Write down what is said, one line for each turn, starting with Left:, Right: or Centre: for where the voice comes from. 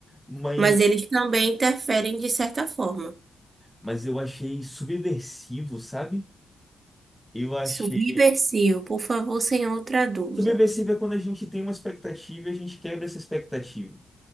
Centre: Mas,
Right: Mas eles também interferem de certa forma.
Centre: mas eu achei subversivo, sabe? Eu achei.
Right: Subversivo, por favor, senhor, traduza.
Centre: Subversível é quando a gente tem uma expectativa e a gente quebra essa expectativa.